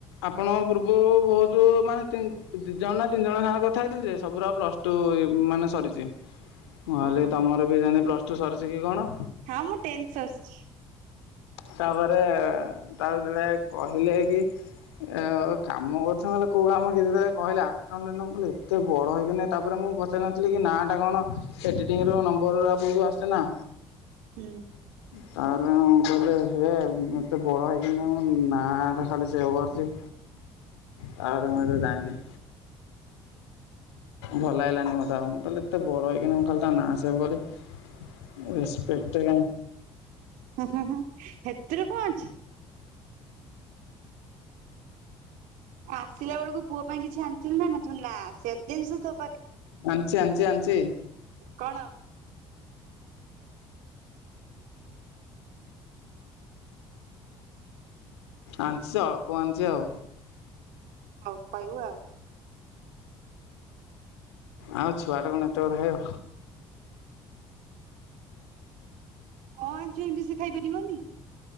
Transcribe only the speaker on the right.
ଓହୋ
ହଁ ମୁଁ ଟେନ୍ଥ ସରିଚି।
ହୁଁ।
ହୁଁ ହ ହୁଁ ସେଥିରୁ କଣ ଅଛି। ଆସିଲା ବେଳକୁ ପୁଅ ପାଇଁ କିଛି ଆଣିଥିଲି ନା ନା ତୁ ନା ସେ ଜିନିଷ ତ
କଣ?
ହଉ କହିବୁ ଆଉ?
କଣ ଆଣିଚୁ ଏମିତି ସେ ଖାଇ ପାରିବନି?